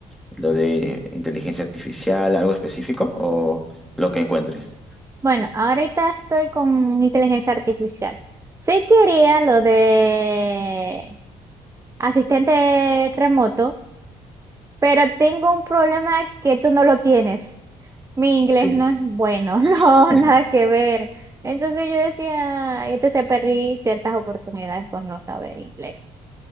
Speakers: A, in the centre; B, on the right (about 15°).
A: lo de inteligencia artificial, algo específico o lo que encuentres.
B: Bueno, ahorita estoy con inteligencia artificial. Sí quería lo de asistente remoto, pero tengo un problema que tú no lo tienes. Mi inglés
A: Sí.
B: no es bueno, <laughs> no,
A: <laughs>
B: nada que ver. Entonces yo decía, entonces perdí ciertas oportunidades por no saber inglés.